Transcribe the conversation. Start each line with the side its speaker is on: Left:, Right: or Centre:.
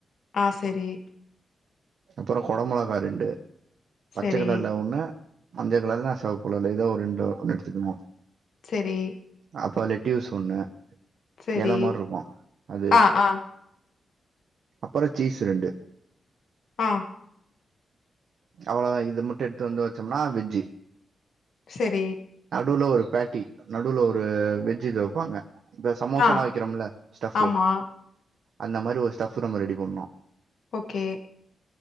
Left: ஆ சேரி
Right: அப்றோ குட மிளகா ரெண்டு பச்சை
Left: சரி,
Right: கலர்ல்ல ஒண்ணு மஞ்ச கலர்ல சிவப்பு கலர்ல ஏதோ ஒரு ரெண்டு ஒன்னு எடுத்துக்கணு
Left: சேரி
Right: அப்போ லேட்யூஸ் ஒண்ணு
Left: சரி.
Right: இல மாரி இருக்கு அது
Left: ஆ, ஆ,
Right: அப்றோ சீஸ் ரெண்டு
Left: ஆ
Right: அவ்ளோதா இது மட்டு எடுத்து வந்து வச்சோம்னா வெஜ்ஜி
Left: சேரி
Right: நடுல ஒரு பேடி நடுல ஒரு வெஜ்ஜி இது வைப்பாங்க இப்ப சமோசலா
Left: ஆ,
Right: வைக்கிறோம்ல ஸ்டபு
Left: ஆமா.
Right: அந்த மாரி ஒரு ஸ்டபு நம்ப ரெடி பண்ணுனு
Left: ஓகே